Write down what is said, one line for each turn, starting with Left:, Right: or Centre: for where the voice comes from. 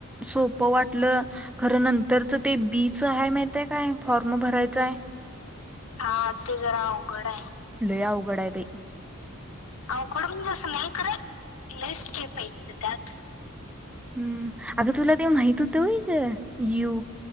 Centre: सोपं वाटलं खरं नंतरच ते बीच आहे माहितय काय फॉर्म भरायचंय
Left: हा ते जरा अवघड आहे
Centre: लय अवघड बाई
Left: अ कडब दिवस नाहीयक स्टेप हाई त्यात
Centre: हम् अगं तुला ते माहित होतं होई ग यू